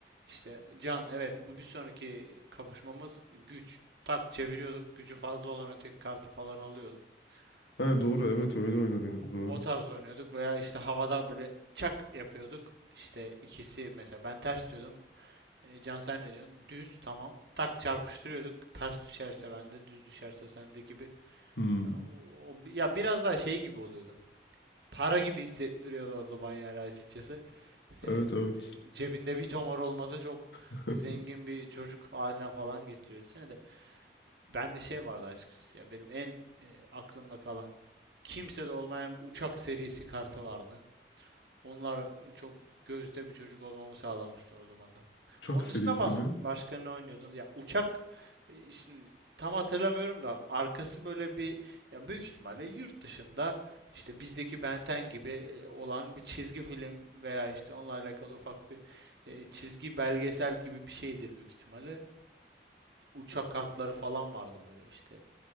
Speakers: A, on the right (about 75°); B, on the left (about 85°).
A: işte Can evet bu bir sonraki kapışmamız güç. Tak çeviriyorduk. Gücü fazla olan öteki kartı falan alıyorduk.
B: Ha doğru
A: E,
B: evet
A: o,
B: öyle
A: o,
B: oynanıyordu doğru.
A: o tarz oynuyorduk veya işte havada böyle çak yapıyorduk. İşte ikisi mesela ben ters diyordum. E, Can sen ne diyorsun? Düz tamam. Tak çarpıştırıyorduk. Ters düşerse bende, düz düşerse sende gibi.
B: Hmm.
A: Ya, o, ya biraz daha şey gibi oluyordu. Para gibi hissettiriyordu o zaman yani açıkçası. E,
B: Evet evet.
A: e, cebinde bir tomar olmasa çok
B: <laughs>
A: zengin bir çocuk haline falan getiriyordu seni de. Bende şey vardı açıkçası ya. Benim en e, aklımda kalan kimsede olmayan bu uçak serisi kartı vardı. Onlar e, çok gözde bir çocuk olmamı sağlamıştı o zaman da.
B: Uçak
A: Onun
B: serisi
A: dışında bas-
B: mi?
A: başka ne oynuyordun? Ya uçak e, şimdi tam hatırlamıyorum da arkası böyle bir ya büyük ihtimalle yurt dışında işte bizdeki Ben 10 gibi e, olan bir çizgi film veya işte onunla alakalı ufak bir e, çizgi belgesel gibi bir şeydir büyük ihtimalle uçak kartları falan vardı böyle işte